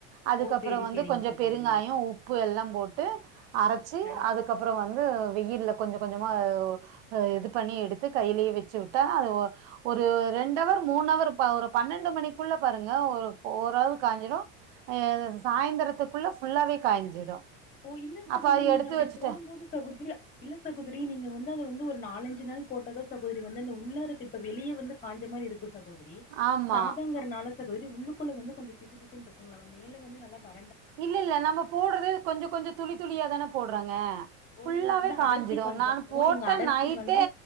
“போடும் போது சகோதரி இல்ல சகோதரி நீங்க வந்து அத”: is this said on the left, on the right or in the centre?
Left